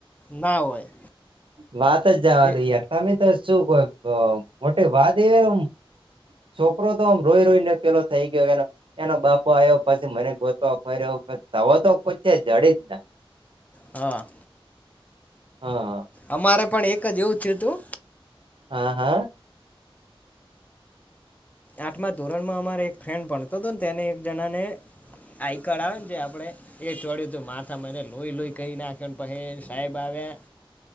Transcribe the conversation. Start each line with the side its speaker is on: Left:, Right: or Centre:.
Left: ના હોય
Right: વાત જ જવાનીઈ
Left: એ
Right: તમે તો શું કોઈ મોટી વાત એવી એમ છોકરો તો આમ રોઈ રોઈને પેલો થઈ ગયો એને એનો બાપો આવ્યો પછી મને ગોતવા ફર્યોછ તવા તો કોઈ છે જડી જ <unintelligible>
Left: હા
Right: હાહા
Left: અમારે પણ એક જ એવું થયું તું.
Right: હા હા
Left: આઠમા ધોરણમાં અમારે એક ફ્રેન્ડ ભણતો હતો ને તેને એક જણાને આઈ કાર્ડ આવે ને જે આપણે એ ચોડ્યું તું માથા મને લોઈ લોઈ કહી નાખ્યોને પછ સાહેબ આવ્યા